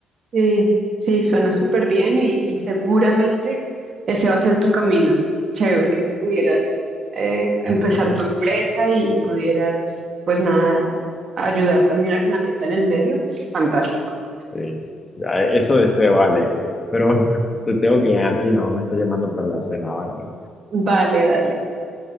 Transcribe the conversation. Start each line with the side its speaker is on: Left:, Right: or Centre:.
Right: Sí, sí, suena súper bien y, y seguramente ese va a ser tu camino. Chévere que pudieras eh, empezar
Left: <laughs>
Right: tu empresa y, y pudieras, pues nada, ayudar también al planeta en el medio. Fantástico.
Left: Sí. Ya, Eso deseo, vale. Pero bueno, <laughs> te tengo que dejar que mi mamá me está llamando para la cena, ¿vale?
Right: Vale, dale.